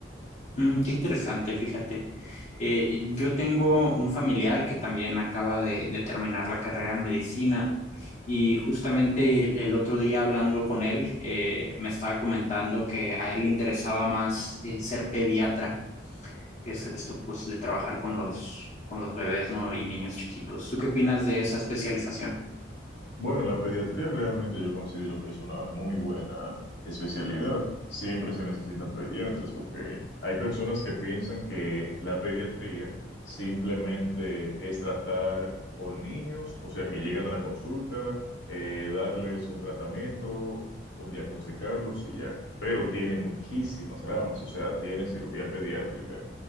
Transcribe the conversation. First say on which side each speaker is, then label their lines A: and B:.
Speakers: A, on the left (about 40°); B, on the left (about 75°).
A: Mm, qué interesante, fíjate. Eh, yo tengo un familiar que también acaba de, de terminar la carrera en medicina y justamente el el otro día hablando con él, eh, me estaba comentando que a él le interesaba más eh, ser pediatra, que es esto pues de trabajar con los, con los bebés, ¿no? y niños chiquitos. ¿Tú qué opinas de esa especialización?
B: Bueno, la pediatría realmente yo considero que es una muy buena especialidad. Siempre se necesitan pediatras porque hay personas que piensan que la pediatría simplemente es tratar con niños, o sea, que llegan a la consulta, eh, darles un tratamiento o diagnosticarlos y ya. Pero tiene muchísimas ramas, o sea, tiene cirugía pediátrica